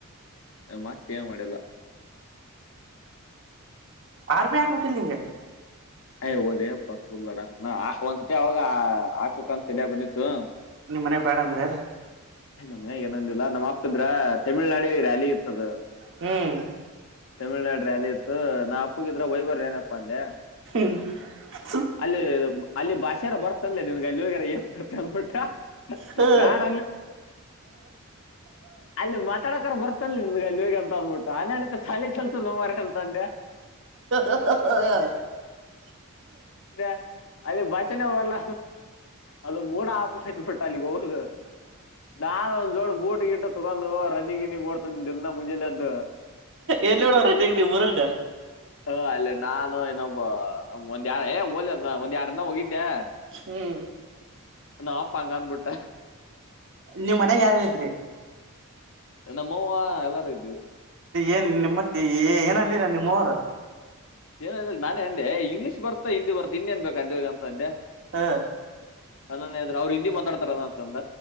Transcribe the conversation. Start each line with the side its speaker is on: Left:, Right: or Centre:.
Left: ಮತ್ತೆ ಮಾಡಲ್ಲ
Right: ಆ ಬ್ಯಾಂಕಬೇಕಕಿಲಿಂಗೆ
Left: ಅಯ ಹಓದ ಅಪ್ಪ ತಾಡ ನ ಒಂದ್ಸತಿ ಅವಾಗ ಹಾಕ್ಬೇಕಕ್ಂತಲ ಬಂದಿತ್ತು
Right: ನಿಮ್ಮ ಮನೆ ಬೇಡ ಅಂದ್ರೆ
Left: ಇ ಏನಂದಿಲ್ಲ ನಮ್ಮ್ಪ್ತಿದ್ರ ತಮಿಳ್ನಾಡಿ ರ್ಯಾಲಿ ಇರ್ತದು
Right: ಹ್ಮ್
Left: ತಮಿಳ್ನಾಡು ರ್ಯಾಲಿ ಇತ್ತು ನಾ ಅಪ್ಪಗಿದ್ರೆ ವೈ್ಬರ್್ರ ಏನಪ್ಪ ಅಂದೆ
Right: ಹ
Left: ಅಲ್ಲಿ ಅಲ್ಲಿ ಬಾಷಾರ ಬರ್ತನ್ಲ್ಲ ನಿನ್ಗೆ ಅಲ್ಲಿಗಾರ ಏನ್ ಮಾಡ್ತ ಅಂದಬಿಟ್ಟ
Right: ಹ
Left: ಬ್ಯಾಡ ಅಲ್ಲಿ ಮಾತಾಡ ಬರ್ತ ವಗ ಅಂತ ಅಂದ್ಬಿಟ್ಟ ಆ ನಣ ಶಾಲ ಚಲ್ತು ನಮ ಮಾರ್ಕಂತ ಅಂದ್ಯಾ
Right: ಹ ಹ ಹ
Left: ೆ ಅೇ ಭಜನೆ ಬಲ್ಲ ಅದು ಮೂಡ ಹಾಕ್ತ್ ಬಿಟ್ಟ ಅಲ್ಲಿ ಹದು ನಾನ್ ಒಂದ್ ಜೋಳ ಬೂಟ್ ಗಿಟ್ಟು ತಗೊಂಡು ರನ್ನಿಂಗ್ ಇನ್ನಿಂಗ್ ಓಡ್ತ ಂದ ಮುಜೆಲ್ಲ್ದ
Right: ಎಲ್ಲಿ ನೋಡವ್ರಗ ನೀ ಊರಾಗ
Left: ಹ ಅಲ್ಲೇ ನಾನು ಇನೊಬ್ಬ ಒಂದ್ ಎರಡ್ ಏ ಹಓಲ ಒಂದ್ ಎರಡ್ನ್ನ ಹೋಗಿದ್ದೆ
Right: ಹ್ಮ್
Left: ನಾಪಾಂಗನ್ ಬಿುಟ್ಟ
Right: ನೀವ್ ಮನ್ಯಾಗ ಯಾರಾರ ಇದ್ರಿ
Left: ನಮ್ಮೋವಾ ಎಲ್ಲಾರೂ ಇದು
Right: ಏನ್ ನಿಮ್ಮತ್ತೆ ಏನಲ್ಲರ ನಿಮ್ಮ್ವರು
Left: ಏನ ಅಂದ್ರ ನಾನನ್ ಅಂದೆ ಇಂಗ್ಲಿಷ್ ಬರ್ತ ಹಿಂದಿ ಬರ್ತ ಇನ್ನೇನ್ ಬೇಕ ಅಂದ ಅಂತ ಅಂದೆ
Right: ಹಾ
Left: ಅದನ್್ರ ಅವ್ರ ಹಿಂದಿ ಮಾತಾಡ್ತಾರದ ಅಂತಂದ